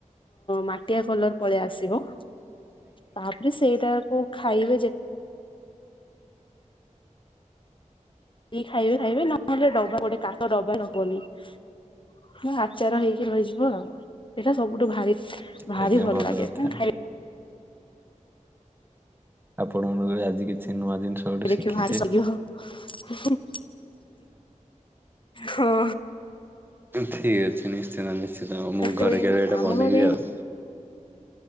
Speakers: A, on the left (about 40°); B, on the right (about 15°).
A: ମାଟିଆ କଲର ପଳେଇ ଆସିବ
B: ହ <unintelligible>
A: ତାପରେ ସେଇଟା କୁ ଖାଇବେ ଯେ ଖାଇବେ ଖାଇବେ ନହେଲେ ଡବା ଗୋଟେ କାଠ ଡବା ନବଉନି ନା ଆଚାର ହେଇକି ରହିଛି ହୁ ସେଇଟା ସବୁଠୁ ଭାରି ଭାରି
B: ଆଜ୍ଞା
A: ଭଲ ଲାଗେ
B: କଥା।
A: ଖାଇବା
B: ଆପଣ ମାନଙ୍କ ଆଜି କିଛି ନୂଆ ଜିନିଷ ଗୋଟେ
A: ଦେଖ
B: ଶିଖିଛି।
A: ଭାରି <unintelligible> ଚୁଡି ହଁ।
B: ଠିକ୍ ଅଛି ନିଶ୍ଚନ୍ତ ନିଶ୍ଚନ୍ତ ଉ ମୁଁ
A: ହୁଏନି
B: ଘରେ କେବେ ଏଇଟା
A: ଆମ
B: ବନେଇବି
A: ଘରେ
B: ଆଉ।